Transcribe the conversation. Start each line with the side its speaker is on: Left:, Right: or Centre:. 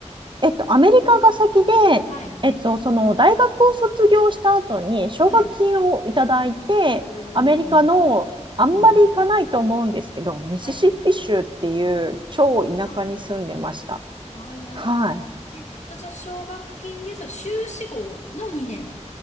Right: えっと、アメリカが先で、
Left: はい。
Right: えっと、その大学を卒業した後に奨学金をいただいて、
Left: はい。おー。
Right: アメリカのあんまり行かないと思うんですけど、
Left: おー
Right: ミシシッピ州っていう超田舎に住んでました。
Left: はい。はい。あー、いやいやいや。
Right: はい。
Left: え、どちら奨学金です。修士号の2年っ